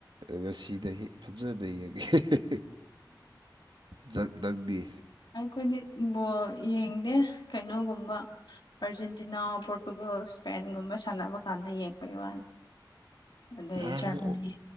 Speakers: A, on the right; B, on the left.
A: ꯉꯁꯤꯗꯩ ꯍꯤ ꯐꯖꯅ ꯌꯦꯡ ꯍꯦꯍꯦ ꯅꯪ ꯅꯪꯗꯤ꯫
B: ꯑꯩꯈꯣꯏꯗꯤ ꯕꯣꯜ ꯌꯦꯡꯗꯦ ꯀꯩꯅꯣꯒꯨꯝꯕ꯫ ꯑꯥꯔꯖꯦꯟꯇꯤꯅꯥ ꯄꯣꯔꯇꯨꯒꯜ ꯏꯁꯄꯦꯟꯒꯨꯝꯕ ꯁꯥꯟꯅꯕ ꯀꯥꯟꯗ ꯌꯦꯛꯄꯩ ꯋꯥꯅꯤ ꯑꯗꯩ
A: ꯑꯗꯤ
B: ꯖꯔꯃꯅꯤ